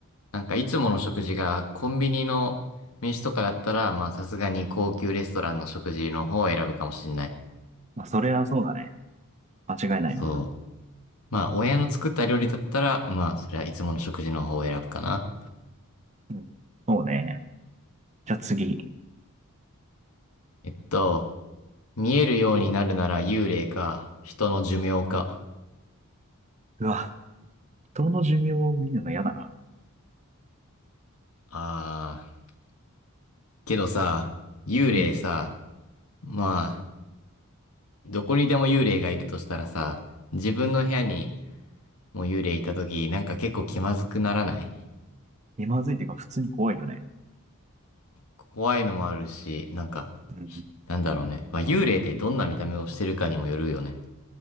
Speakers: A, on the left; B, on the right.
A: なんかいつもの食事がコンビニの飯とかだったら、まあ、さすがに高級レストランの食事の方を選ぶかもしんない。
B: まあそれはそうだね。間違いないわ。
A: そう。まあ、親の作った料理だったら、まあ、それはいつもの食事の方を選ぶかな。
B: うん。そうね。じゃあ次。
A: えっと、見えるようになるなら幽霊か、人の寿命か。
B: うわ、人の寿命を見るの嫌だな。
A: あー、けどさ、幽霊さ、
B: うん。
A: まあ、どこにでも幽霊がいるとしたらさ、自分の部屋にも幽霊いたとき、なんか結構気まずくならない
B: 気まずいっていうか普通に怖いよね。
A: 怖いのもあるし、なんか、
B: うん。
A: なんだろうね。まあ、幽霊ってどんな見た目をしてるかにもよるよね。